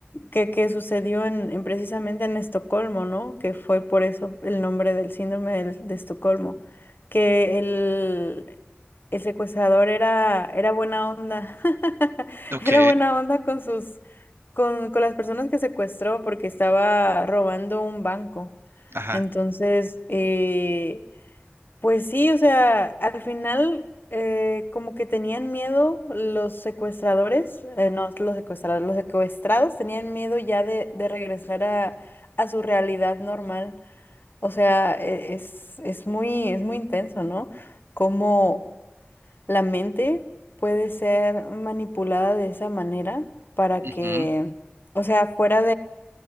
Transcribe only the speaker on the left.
que, que sucedió en, en precisamente en Estocolmo, ¿no? Que fue por eso el nombre del síndrome del- de Estocolmo, que el, el secuestrador era, era buena onda, <laughs>
era buena onda con sus, con, con las personas que secuestró porque estaba robando un banco.
Entonces, eh, pues sí, o sea, al final eh, como que tenían miedo los secuestradores, eh, no, los secuestradores, los secuestrados tenían miedo ya de, de regresar a, a su realidad normal. O sea, e- es, es muy, es muy intenso, ¿no? Cómo la mente puede ser manipulada de esa manera para
que, o sea, fuera